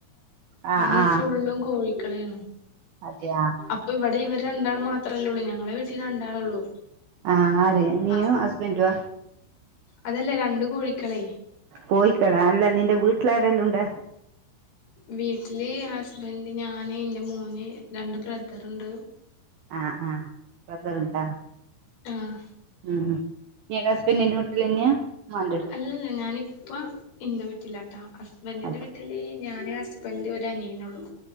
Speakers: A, on the right; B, on the left.
A: ആ
B: അയ്ന്
A: ആ
B: സുള്ളും കോഴിക്കളേണ്
A: അതെയ
B: പ്പൊ ഇവടെ ഇവര് രണ്ടാളും മാത്രല്ലോള്ളൂ ഞങ്ങളെ വീട്ടി രണ്ടാളൊള്ളൂ.
A: ആഹ് ആര് നീയും
B: ആ
A: ഹസ്ബന്റൊ
B: അതല്ല രണ്ട് കോഴിക്കളെ.
A: കോയിക്കളാ അല്ല നിന്റെ വീട്ടിലാരല്ലോണ്ട്
B: വീട്ടില് ഹസ്ബന്റ് ഞാന് ഇന്റെ മോന് രണ്ട് ബ്രദറ്ണ്ട്.
A: ആഹ് ആഹ്ബ്രദറ്ണ്ടൊ
B: ആഹ്
A: ഉം ഉം നീടെ ഹസ്ബൻഡ് നിന്റെ വീട്ടിലന്നെയാ മാന്റെ
B: അല്ലല്ല ഞാനിപ്പ ഇന്റെ വീട്ടിലാട്ടാ ഹസ്ബൻന്റിന്റെ
A: അതെ
B: വീട്ടില് ഞാന് ഹസ് ബൻഡ് ഒരു അനിയനെള്ളു